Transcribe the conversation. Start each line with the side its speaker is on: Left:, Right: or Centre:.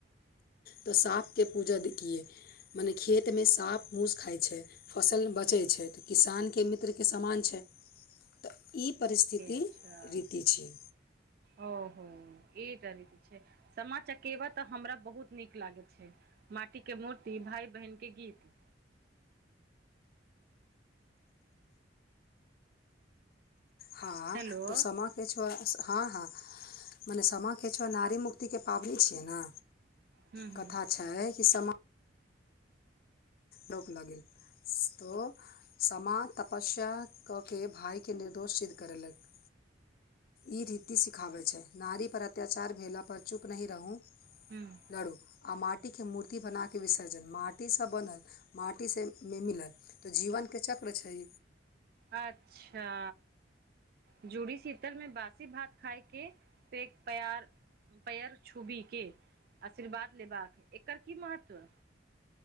Left: तऽ साँपके पूजा कियै मने खेतमे साँप मूस खाइत छै। फसल बचैत छै तऽ किसानके मित्रके समान छै। तऽ ई परिस्थिति
Right: अच्छा
Left: रीति छियै
Right: ओहो ईटा रीत छै सामा चकेवा तऽ हमरा बहुत नीक लागे छै माटी के मूर्ति भााय बहिन के गीत
Left: हँ
Right: हेलो
Left: तऽ समा किछो हँ हँ मने सामा किछो नारीमुक्तिके पाबनि छियै ने
Right: हुँ हुँ
Left: कथा छै कि समा दोक लगै इसतो समा तपस्या कऽ के भाइके निर्दोष सिद्ध करेलक ई रीति सिखाबै छै नारी पर अत्याचार भेला पर चुप नहि रहू
Right: <unintelligible>
Left: लड़ु आ माटिके मूर्ति बनाके विसर्जन माटीसँ बनल माटीसँ मे मिलल तऽ जीवनके चक्र छै
Right: अच्छा जूड़ी शीतल में बासी भात खाायके पेक पयार पयर छुबी केँ आशीर्वाद लेबाक एकर की महत्व